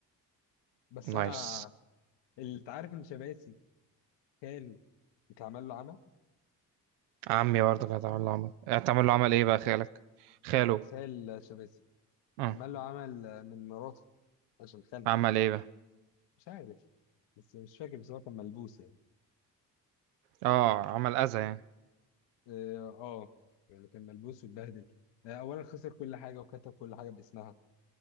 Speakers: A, on the left; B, on the right.
A: بس انا
B: نايس
A: اللي انت عارف ان شباسي خاله اتعمل له عمل
B: عمي برضه كانت عامله عمل هتعمل له عمل ايه بقى خالك خاله
A: آه، خال شباسي
B: آه.
A: فعمل له عمل آه، من مراته عشان خالها
B: عمل ايه بقى
A: مش عارف بس مش فاكر بس هو كان ملبوس يعني
B: اه عمل اذى يعني
A: اه آه، يعني كان ملبوس واتبهدل آه، اولا خسر كل حاجه وكتب كل حاجه باسمها